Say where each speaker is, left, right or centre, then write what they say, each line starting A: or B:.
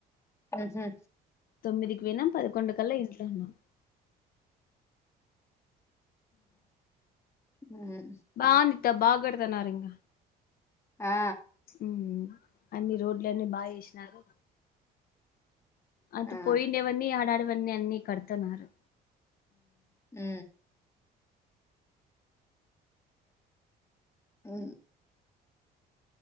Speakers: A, on the left; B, on the left.
A: ఆహా
B: తొమ్మిదికి వెనం పదికొండు కల్లా ఇంట్లన్నాం
A: ఆ
B: బాగుంది బాగడతనారంగ
A: ఆ
B: ఉమ్ అన్ని రోడ్లన్నీ బాగా చేసినారు అంత
A: ఆ
B: పోయిండేవన్నీ ఆడాడవన్నీ అన్ని కడుతున్నారు
A: ఉ ఉ